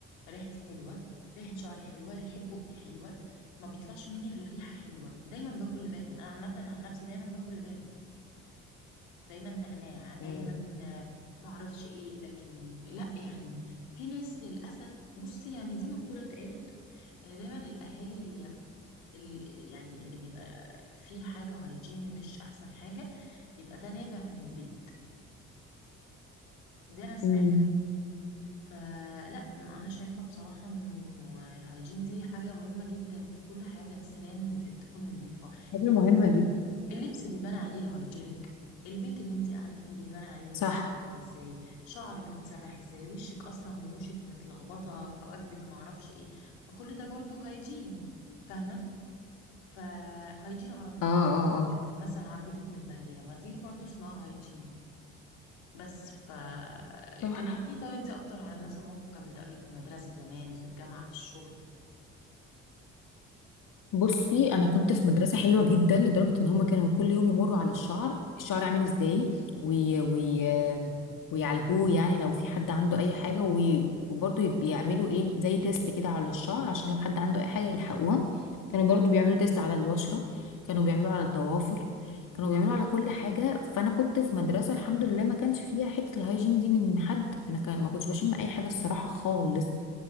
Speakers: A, on the left; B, on the left.
A: ريحتي حلوة ريحة شعري حلوة ريحة بقي حلوة ما بيطلعش مني غير ريحة حلوة دايما باكل لبانة انا عامة عن نفسي دايما باكل لبانة دايما نعناع دايما
B: مم.
A: آه، معرفش ايه لكن لا يعني في ناس للأسف بصي يعني دي مقولة اتقالت ان دايما الاهالي هي ال يعني اللي بيبقى فيه حاجه هايجين مش احسن حاجه بيبقى ده نابع من البيت دي انا سمعتها
B: مم.
A: فلا انا شايفه بصراحه انه الهايجين دي حاجه مهمه جدا في كل حاجه السنان تكون نظيفه
B: حاجة مهمة جدا
A: اللبس بيبان عليه الهايجينك البيت اللي انت قاعده فيه بيبان عليه الهايجين
B: صح
A: عامله ازاي شعرك متسرح ازاي وشك اصلا رموشك متلخبطه حواجبك معرفش ايه وكل ده برضو هايجين فاهمه فهايجين عربيتك
B: اه
A: عربيتك
B: اه
A: مثلا عربيتك متبهدله ما دي برضو اسمها هايجين بس فكلمني
B: اه
A: طب انت اكتر عن مثلا موقف كان بتقابلك في المدرسه زمان في الجامعه في الشغل
B: بصي انا كنت في مدرسه حلوه جدا لدرجه ان هم كانوا كل يوم يمروا على الشعر الشعر عامل ازاي وي وي ويعالجوه يعني لو في حد عنده اي حاجه وي- وبرضه بيعملوا ايه زي تيست كده على الشعر عشان لو حد عنده اي حاجه يلحقوها كانوا برضه بيعملوا تيست على البشره كانوا بيعملوا على الضوافر كانوا بيعملوا على كل حاجه فانا كنت في مدرسه الحمد لله ما كانش فيها حته الهايجين دي من حد ما كان ما كنتش بشم اي حاجه الصراحه خالص